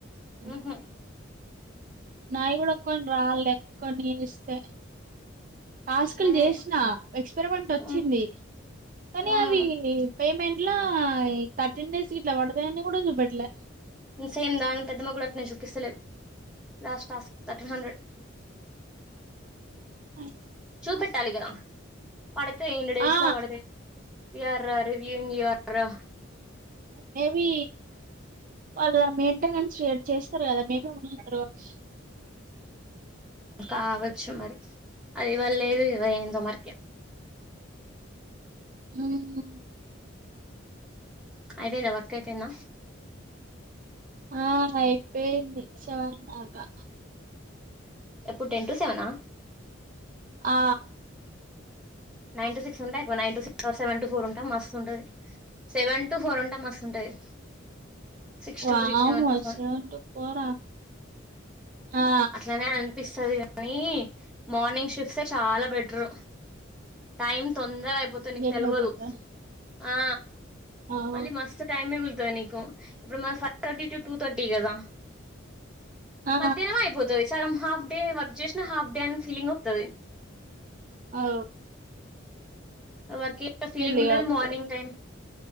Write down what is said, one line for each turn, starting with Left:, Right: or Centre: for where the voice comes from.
Right: ఎ
Centre: మ్హూ
Right: నాయ కూడా ఒక్కని రాలక్కన్ని ఇస్తే టాస్కులు
Centre: అదే
Right: చేసినా ఎక్స్పెరిమెంట్ వచ్చింది
Centre: మ్మ్
Right: కానీ
Centre: ఉమ్
Right: అవి పేమెంట్ థర్టీన్ డేస్ గట్లా పడద అని కూడా చూపెట్లే
Centre: సేమ్ పెద్దమ్మకి కూడా అట్లనే చూపిస్తలేదు లాస్ట్ టాస్క్ థర్టీన్ హండ్రెడ్
Right: <unintelligible>
Centre: చూపెట్టాలి కదా పడితే ఇన్ని డేస్
Right: ఆ
Centre: లో పడతాయి విఆర్ రివ్యూఇంగ్ విఆర్ఓ
Right: మేబి వాళ్ళ మెయింటెనెన్స్ షేర్ చేస్త ఉంటారు కదా మే బీ చూయించుతారు కావచ్చు
Centre: కావచ్చు మరి అది ఇవ్వళ లేదు ఇవైయిందో మరిగా
Right: <inaudible> హామ్
Centre: అయిపోయిందా వర్క్ అయిపోయిందా
Right: ఆ అయిపోయింది సెవెన్ దాకా
Centre: ఎప్పుడు టెన్ టు సెవెనా
Right: ఆ
Centre: నైన్ టు సిక్స్ ఉంటాయి nine to six సెన్ to four ఉంటె మస్తు ఉంటది సెవెన్ టు ఫోర్ ఉంటే మస్తు ఉంటది సిక్స్
Right: వామ్మో
Centre: టు త్రీ సెవెన్ to four
Right: seven two four ఆ
Centre: అట్లనే అనిపిస్తది గాని మార్నింగ్ షిఫ్సే చాలా బెటర్ టైం తొంద అయిపోత నీకు
Right: జర్నీ
Centre: తెలవదు
Right: అయిపోద్దా
Centre: ఆ
Right: అవును
Centre: మళ్ళీ మస్తు టైం మిగుల్తది నీకు ఇప్పుడు మా ఫైవ్ర్ టూ టూ థర్టీ కదా
Right: ఆ
Centre: మధ్యాహ్నమే అయిపోతది సగం హాఫ్ డే వర్క్ చేసిన హాఫ్ డే అని ఫీలింగ్ వత్తది
Right: ఔ
Centre: వర్క్య ఫీలింగ్
Right: లేత్తది
Centre: ఉండది మార్నింగ్ టైమ్